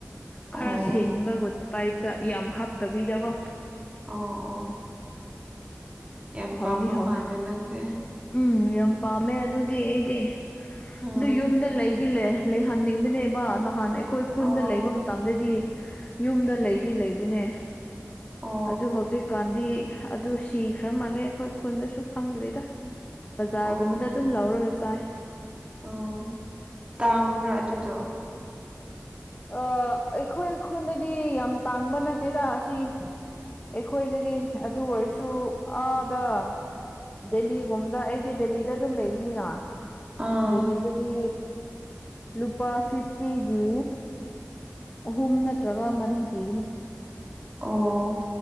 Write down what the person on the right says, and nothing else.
ꯑꯣ
ꯑꯣ ꯑꯣ
ꯌꯥꯝ ꯄꯥꯝꯕ
ꯃꯥꯜꯂꯦ ꯅꯪꯁꯦ
ꯑꯥ
ꯑꯣ
ꯑꯣ
ꯑꯣ ꯑꯣ
ꯑꯣ ꯇꯥꯡꯕ꯭ꯔꯥ ꯑꯗꯨꯗꯣ
ꯑꯥ
ꯑꯣ